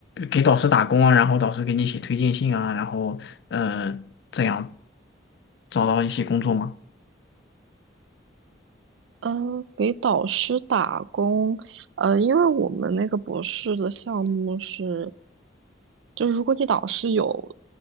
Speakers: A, on the left; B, on the right.
A: 给导师打工啊，然后导师给你写推荐信啊，然后呃这样找到一些工作吗？
B: 呃，给导师打工，呃，因为我们那个博士的项目是，就是如果你导师有